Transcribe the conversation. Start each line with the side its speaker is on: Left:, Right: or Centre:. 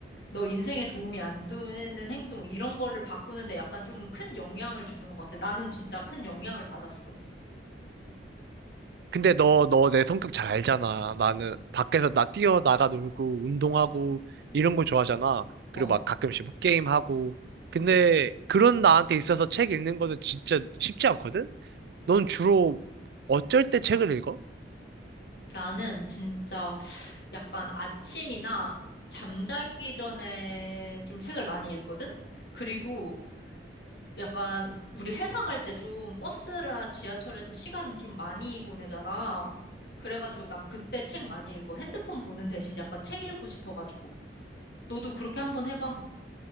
Left: 너 인생에 도움이 안 되는 행동 이런 거를 바꾸는데 약간 좀 큰 영향을 주는 것 같아. 나는 진짜 큰 영향을 받았어.
Right: 근데 너, 너 내 성격 잘 알잖아. 나는 밖에서 나 뛰어나가 놀고, 운동하고, 이런 거 좋아하잖아.
Left: 어.
Right: 그리고 막 가끔씩 막 게임하고. 근데 그런 나한테 있어서 책 읽는 거는 진짜 쉽지 않거든? 넌 주로 어쩔 때 책을 읽어?
Left: 나는 진짜 약간 아침이나 잠자기 전에 좀 책을 많이 읽거든? 그리고 약간 우- 우리 회사 갈 때 좀 버스나 지하철에서 시간 좀 많이 보내잖아. 그래가지고 난 그때 책 많이 읽어. 핸드폰 보는 대신 약간 책 읽고 싶어가지고. 너도 그렇게 한번 해봐.